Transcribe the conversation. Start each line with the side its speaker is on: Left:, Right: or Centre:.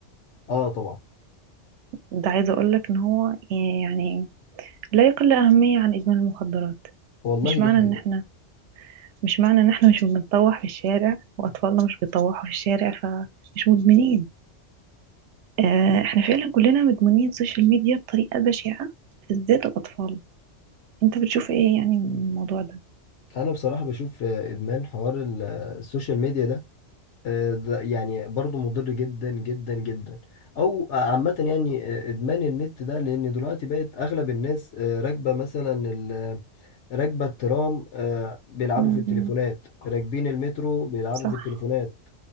Left: اه طبعا
Right: ده عايزه اقول لك ان هو يعني لا يقل اهميه عن ادمان المخدرات
Left: والله
Right: مش
Left: دي
Right: معنى
Left: حقيقه
Right: ان احنا مش معنى ان احنا مش بنطوح في الشارع واطفالنا مش بيطوحوا في الشارع فمش مدمنين آه، احنا فعلا كلنا مدمنين سوشيال ميديا بطريقه بشعه بالذات الاطفال انت بتشوف ايه يعني من الموضوع ده
Left: انا بصراحه بشوف آه، ادمان حوار ال- آه، السوشيال ميديا ده آه، ده يعني برضو مضر جدا جدا جدا او عامة يعني آه، ادمان النت ده لان دلوقتي بقت اغلب الناس آه، راكبة مثلا ال- راكبة الترام آه، بيلعبوا
Right: م-
Left: في التليفونات
Right: م.
Left: راكبين المترو بيلعبوا
Right: صح
Left: في التليفونات